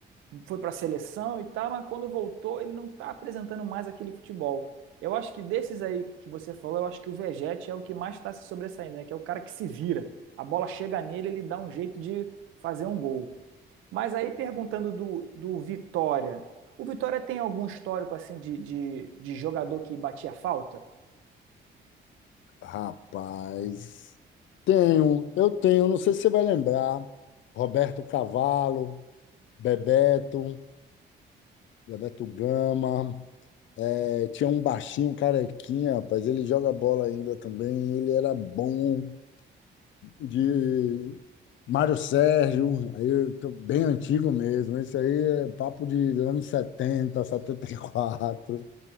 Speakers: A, on the right; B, on the left.
A: foi para a seleção e tal, mas quando voltou ele não está apresentando mais aquele futebol. Eu acho que desses aí que você falou, eu acho que o Vegete é o que mais está se sobressaindo, né? Que é o cara que se vira. A bola chega nele, ele dá um jeito de fazer um gol. Mas aí perguntando do, do Vitória, o Vitória tem algum histórico assim de, de, de jogador que batia falta?
B: rapaz, tenho, eu tenho, não sei se você vai lembrar, Roberto Cavalo, Bebeto, Bebeto Gama, é, tinha um baixinho um carequinha, rapaz, ele joga bola ainda também, ele era bom de Mário Sérgio, aí eu tô bem antigo mesmo, isso aí é papo de anos 70, 74.